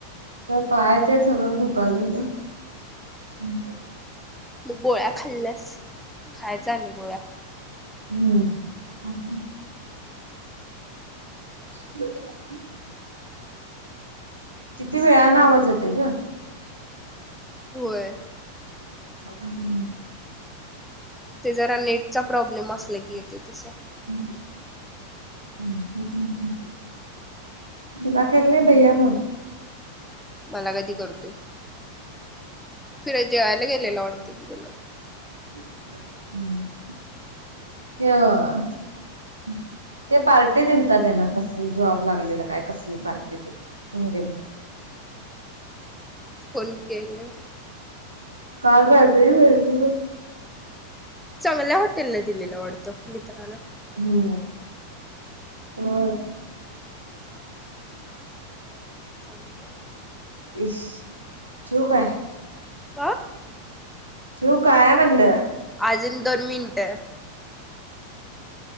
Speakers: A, on the right; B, in the centre.
A: पाहायचंय सगळं दुकान हम
B: मग गोळ्या खाल्ल्यास खायचा आणि गोळ्या
A: हम्म ह् किती वेळाने आवाज येते ग
B: होय
A: सपण क
B: ते जरा नेटचा प्रॉब्लेम असला की येते तसं
A: हो नबर दाखल नाही भैया फण
B: मला कधी करते फिर अजेय गेले लॉडते गुल
A: ह ते पार्टी दिलत त्यांना कसली जॉब लागलेल काय कसली पार्टी त ह गे
B: फोन केले
A: काल राहते हो
B: चांगल्या हॉटेलला दिलेला आवडतं मित्रांना
A: हो हो
B: च आहे
A: इ शू काय
B: आ,,
A: ठिव काय मनल?
B: आजुन दोन मिनटंऽ